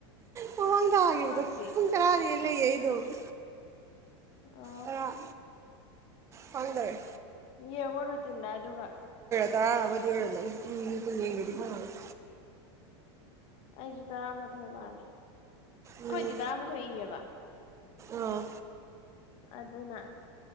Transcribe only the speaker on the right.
ꯃꯃꯥꯡ ꯊꯥꯒꯤꯕꯗꯣ
ꯄꯨꯡ ꯇꯔꯥꯅꯦꯅ ꯂꯩꯔꯤꯅꯤꯅꯦ ꯇꯧꯗꯦ
ꯑ ꯄꯡꯗ꯭ꯔꯦ
ꯇꯔꯥꯔ ꯑꯃꯗꯤ ꯑꯣꯢꯔꯝꯃꯅꯤ ꯎꯝ ꯔꯨꯇꯤꯟ ꯌꯦꯡꯗ꯭ꯔꯗꯤ
ꯈꯪꯂꯔꯣꯢ
ꯎꯝ
ꯑꯥ